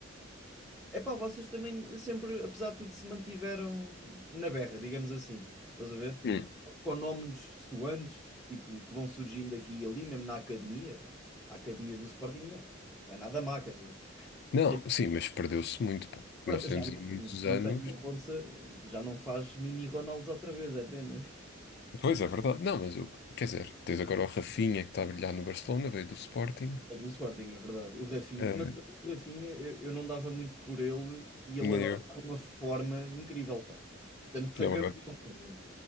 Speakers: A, in the centre; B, on the left (about 55°).
A: é pá, vocês também sempre, apesar de tudo, se mantiveram na berra, digamos assim. Estás a ver?
B: Hum.
A: Com nomes soantes, tipo, que vão surgindo aqui e ali, mesmo na academia. A academia do Sporting não, não é nada má, quer dizer.
B: Não,
A: Tem-
B: sim, mas perdeu-se muito, pá. Nós
A: Já
B: temos aí muitos
A: não
B: anos.
A: tem a força, já não faz mini Ronaldos outra vez, é pena.
B: Pois é verdade. Não, mas eu, quer dizer, tens agora o Rafinha que está a brilhar no Barcelona, veio do Sporting.
A: É do Sporting, é verdade. O Rafinha,
B: Eh,
A: mas o Rafinha eu, eu não dava muito por ele e ele
B: nem
A: agora
B: eu.
A: está numa forma incrível, pá. Tanto que foi
B: Ele
A: campeão, quer dizer.